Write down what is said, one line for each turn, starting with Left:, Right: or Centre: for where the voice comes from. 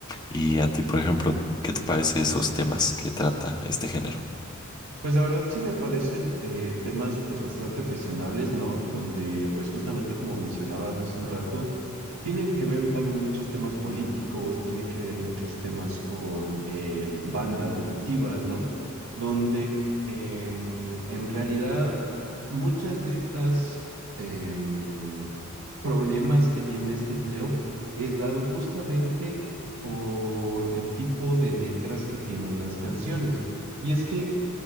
Left: Y a ti, por ejemplo, ¿qué te parece esos temas que trata este género?
Right: Pues la verdad sí me parece eh, temas pues bastante cuestionables, ¿no? Donde pues justamente como mencionabas hace un rato, tienen que ver también muchos temas políticos, tiene que ver muchos temas con eh, bandas delictivas, ¿no? Donde em, en realidad muchas de estas em, problemas que tiene este género es dado justamente por el tipo de letras que tienen las canciones. Y es que